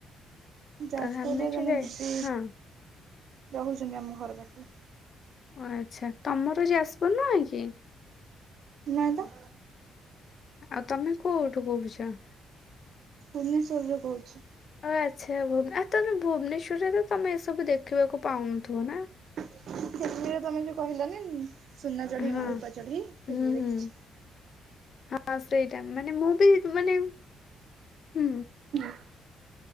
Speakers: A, on the right; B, on the left.
A: ଯାଜପୁରରେ
B: ତ ଆମେ ଯୋଉ
A: ଜଣେ
B: ଯାଇ
A: ଦିଦି
B: ହଁ
A: ରହୁଛନ୍ତି ଆମ ଘର ପାଖରେ।
B: ଓ ଆଛା ତମର ଯାଜପୁର ନୁହଁ କି?
A: ନାଇଁ ତ।
B: ଆଉ ତମେ କୋଉଠୁ କହୁଛ?
A: ଭୁବନେଶ୍ବରରୁ କହୁଛି।
B: ଓ ଆଛା ଭୁବନେ ଆ ତମେ ଭୁବନେଶ୍ୱରରେ ତମେ ଏସବୁ ଦେଖିବାକୁ ପାଉନଥିବ ନାଁ?
A: ସେଦିନ ତମେ ଯୋଉ କହିଲନି ସୁନା ଚଢ଼େଇ
B: ହଁ
A: ମୋ ରୂପା ଚଢ଼େଇ
B: ହୁଁ
A: ସେଇଥିରେ ଦେଖିଛି।
B: ହୁଁ ହଁ ସେଇଟା ମାନେ ମୁଁ ବି ମାନେ ହୁଁ
A: <unintelligible>